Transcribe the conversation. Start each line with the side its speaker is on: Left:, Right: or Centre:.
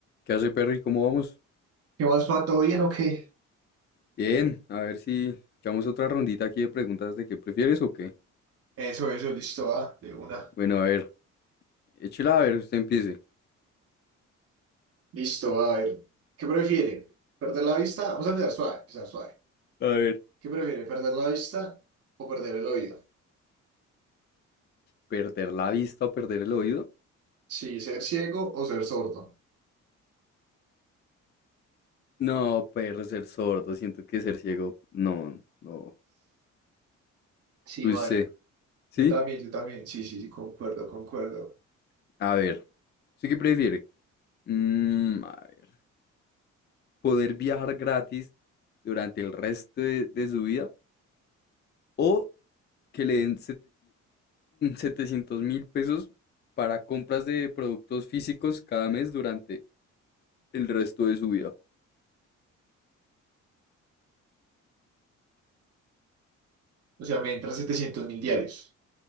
Left: ¿Qué hace, Perry? ¿Cómo vamos?
Right: ¿Qué más, pa? ¿Todo bien o qué?
Left: Bien, a ver si echamos otra rondita aquí de preguntas de qué prefieres o qué.
Right: Eso, eso, listo, va, de una.
Left: Bueno, a ver, échela a ver, usted empiece.
Right: Listo, a ver. ¿Qué prefiere? ¿Perder la vista? Vamos a empezar suave, empezar suave.
Left: A ver,
Right: ¿Qué prefiere? ¿Perder la vista o perder el oído?
Left: ¿Perder la vista o perder el oído?
Right: Sí, ser ciego o ser sordo.
Left: No, perro, ser sordo, siento que ser ciego, no, no.
Right: Sí,
Left: Usted,
Right: Mari.
Left: ¿sí?
Right: Yo también, yo también. Sí, sí, sí, concuerdo, concuerdo.
Left: A ver, ¿usted qué prefiere? Mm, a ver, ¿poder viajar gratis durante el resto de, de su vida o que le den setecientos mil pesos para compras de productos físicos cada mes durante el resto de su vida.
Right: O sea, me entran setecientos mil diarios